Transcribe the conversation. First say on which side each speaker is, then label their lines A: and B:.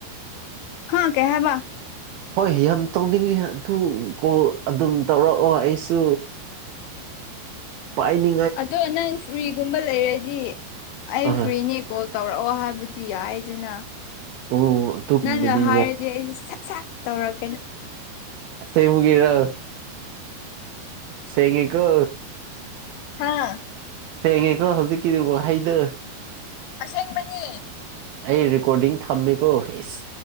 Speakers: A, on the left; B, on the right.
A: ꯍꯥ ꯀꯦꯍꯕ
B: ꯍꯣꯏ ꯌꯥꯝ ꯇꯧꯅꯤꯡꯉꯤ ꯑꯗꯨ ꯀꯣꯜ ꯑꯗꯨꯝ ꯇꯧꯔꯛꯑꯣ ꯑꯩꯁꯨ ꯄꯥꯏꯅꯤ
A: ꯑꯗꯣ ꯅꯪ ꯐ꯭ꯔꯤꯒꯨꯝꯕ ꯂꯩꯔꯗꯤ ꯑꯩ
B: ꯑꯥ
A: ꯐ꯭ꯔꯤꯅꯤ ꯀꯣꯜ ꯇꯧꯔꯛꯑꯣ ꯍꯥꯏꯕꯗꯤ ꯌꯥꯏꯗꯅ
B: ꯑꯣ ꯑꯗꯨꯒꯨꯝꯕꯗꯤ
A: ꯅꯪꯅ ꯍꯥꯏꯔꯗꯤ ꯑꯩꯁꯦ ꯁꯠ ꯁꯠ ꯇꯧꯔꯒꯦ
B: ꯁꯦꯡꯃꯨꯒꯔ ꯁꯦꯡꯉꯀ
A: ꯍꯥꯥ
B: ꯁꯦꯡꯉꯦꯀꯣ ꯍꯧꯖꯤꯛꯀꯤꯗꯨꯕꯨ ꯍꯩꯗ
A: ꯑꯁꯦꯡꯕꯅꯤ
B: ꯑꯩ ꯔꯦꯀꯣꯔꯗꯤꯡ ꯊꯝꯃꯦꯀꯣ ꯍꯁ